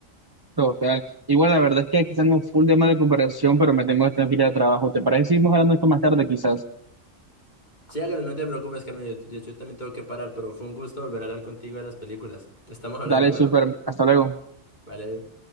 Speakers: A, on the right; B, on the left.
A: Total. Igual, la verdad es que aquí tenemos full tema de comparación, pero me tengo que estar en fila de trabajo. ¿Te parece? que Seguimos hablando de esto más tarde, quizás.
B: Sí, hágale, no te preocupes, Camilo, yo, yo yo también tengo que parar, pero fue un gusto volver a hablar contigo de las películas. Estamos hablando,
A: Dale,
B: bueno,
A: súper. Hasta luego.
B: vale.